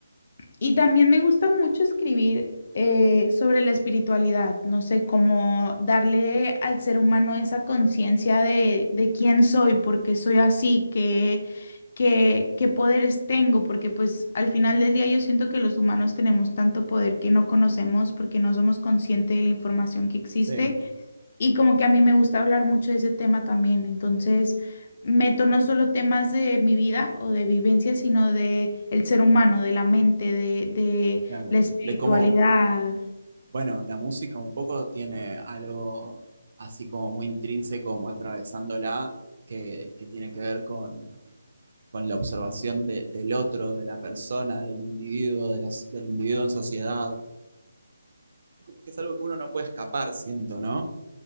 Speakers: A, on the left; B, on the right.
A: Y también me gusta mucho escribir eh, sobre la espiritualidad, no sé, cómo darle al ser humano esa conciencia de, de quién soy, por qué soy así, qué, qué, qué poderes tengo, porque pues al final del día yo siento que los humanos tenemos tanto poder que no conocemos porque no somos conscientes de la información que existe
B: Sí,
A: y como que a mí me gusta hablar mucho de ese tema también. Entonces, meto no solo temas de mi vida o de vivencia, sino de el ser humano, de la mente, de, de
B: claro.
A: la espiritualidad.
B: de cómo, bueno, la música un poco tiene algo así como muy intrínseco, como atravesándola, que, que tiene que ver con, con la observación de- del otro, de la persona, del individuo, de las- del individuo en sociedad. Como que es algo que uno no puede escapar, siento, ¿no?